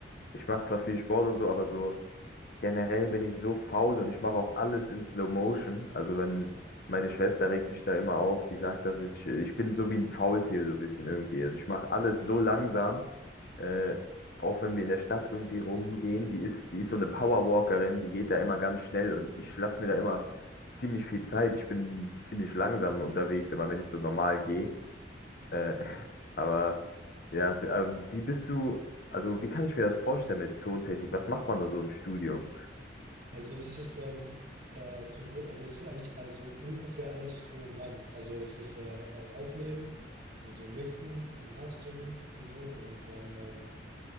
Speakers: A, on the left (about 55°); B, on the right (about 55°).
A: ich mache zwar viel Sport und so, aber so. Generell bin ich so faul und ich mache auch alles in Slow Motion. Also wenn meine Schwester regt sich da immer auf, die sagt, dass ich, ich bin so wie ein Faultier so ein bisschen irgendwie. Also ich mache alles so langsam. Äh, auch wenn wir in der Stadt irgendwie rumgehen, die ist, die ist so eine Powerwalkerin, die geht da immer ganz schnell und ich lasse mir da immer ziemlich viel Zeit. Ich bin ziemlich langsam unterwegs, immer wenn ich so normal gehe. Äh, <laughs> aber ja, d- ähm, wie bist du, also wie kann ich mir das vorstellen mit Tontechnik? Was macht man da so im Studio?
B: also das ist ähm, äh, zum Grund, also es ist eigentlich also ungefähr alles drum und dran. Also es ist äh, äh, Aufnehmen, also Mixen, Mastern und so und dann ähm,